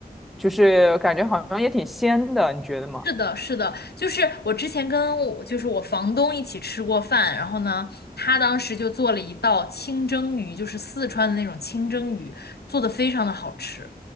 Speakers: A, in the centre; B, on the left (about 85°).
A: 就是感觉好像也挺鲜的，你觉得吗？
B: 是的，是的，就是我之前跟我就是我房东一起吃过饭，然后呢，他当时就做了一道清蒸鱼，就是四川的那种清蒸鱼，做的非常的好吃。